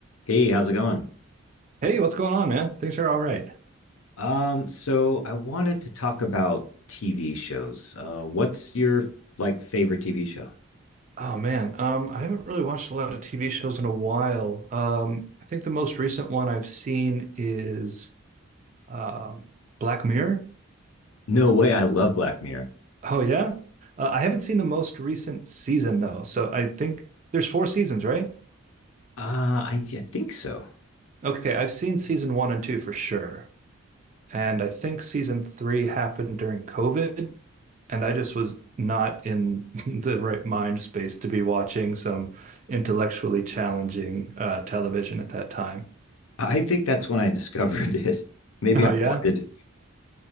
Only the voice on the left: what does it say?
Hey, how's it going?
Um, so I wanted to talk about TV shows. Uh, what's your like favorite TV show?
No way, I love Black Mirror.
Uh, I, I think so.
I think that's when I discovered it. <laughs> Maybe
I'm
morbid.